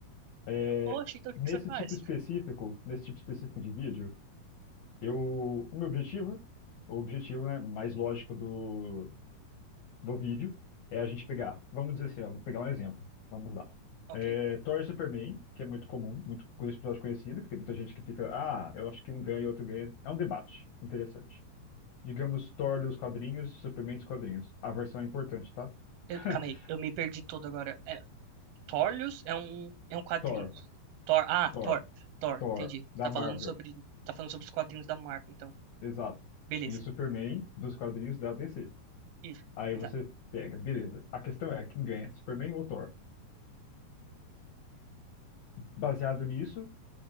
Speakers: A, on the left; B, on the right.
A: É,
B: Poxa, então o que
A: nesse
B: que você faz?
A: tipo específico, nesse tipo específico de vídeo, eu, o meu objetivo, o objetivo, né, mais lógico do do vídeo é a gente pegar, vamos dizer assim, ó, vou pegar um exemplo, vamos lá.
B: Ok.
A: É, Thor e Superman, que é muito comum, muito com esse episódio conhecido, que tem muita gente que fica, ah, eu acho que um ganha e outro ganha. É um debate interessante. Digamos Thor dos quadrinhos, Superman dos quadrinhos. A versão é importante, tá?
B: Eu,
A: <laughs>
B: calma aí, eu me perdi todo agora. É, Thorlius é um, é um quadrinho.
A: Thor,
B: Thor, ah,
A: Thor,
B: Thor, Thor,
A: Thor,
B: entendi. Você
A: da
B: tá
A: Marvel,
B: falando sobre, tá falando sobre os quadrinhos da Marvel, então.
A: exato.
B: Beleza.
A: E o Superman dos quadrinhos da DC.
B: Isso,
A: Aí
B: exato.
A: você pega, beleza. A questão é quem ganha, Superman ou Thor? Baseado nisso,